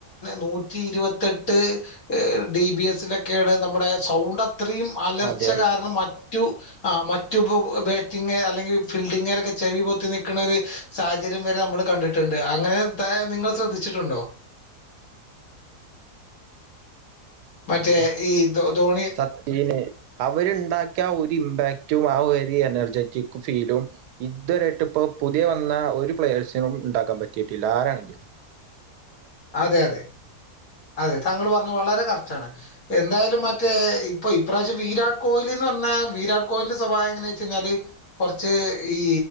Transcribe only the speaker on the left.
നൂറ്റി ഇരുപത്തെട്ട് ഡിബിഎസിലൊക്കെയാണ് നമ്മുടെ സൗണ്ട് അത്രയും അലർച്ച
കാരണം മറ്റ് മറ്റു ആ മറ്റു ബാറ്റിംഗ് അല്ലെങ്കിൽ ഫീൽഡിംഗരൊക്കെ ചെവി പൊത്തി നിൽക്കുന്ന ഒരു സാഹചര്യം വരെ നമ്മൾ കണ്ടിട്ടുണ്ട് അങ്ങനെത്തെ നിങ്ങൾ ശ്രദ്ധിച്ചിട്ടുണ്ടോ <inaudible> മറ്റേ
ഈ ധോ ധോണി
<inaudible> അതെ അതെ അതെ താങ്കൾ പറഞ്ഞു വളരെ കറക്ടാണ് എന്തായാലും മറ്റേ ഇപ്പ ഇപ്രാവശ്യം വിരാട് കോഹ്ലി എന്ന് പറഞ്ഞാ വിരാട് കോഹ്ലിന്റെ സ്വഭാവം എങ്ങനെ വെച്ച് കഴിഞ്ഞാല് കുറച്ച് ഈ